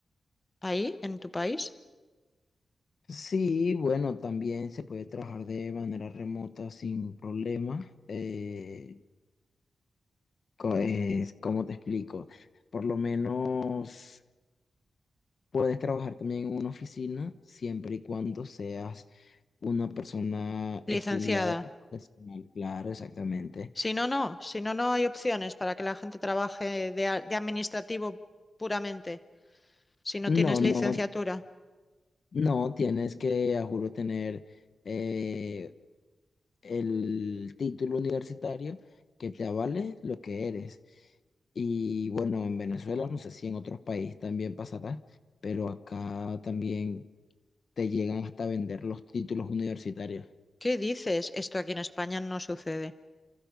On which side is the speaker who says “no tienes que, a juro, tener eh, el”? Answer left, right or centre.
Left